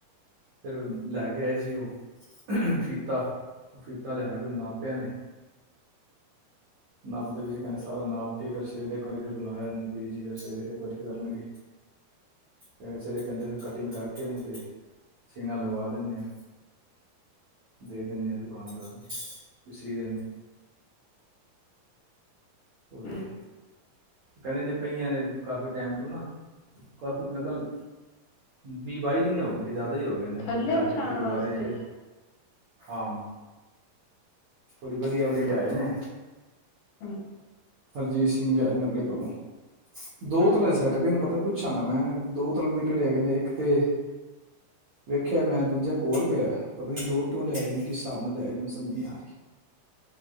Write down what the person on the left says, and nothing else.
ਠੀਕ
ਥੱਲੇ
ਵਿਛਾਉਣ
ਵਾਸਤੇ
ਹਮ।
ਅੱਛਾ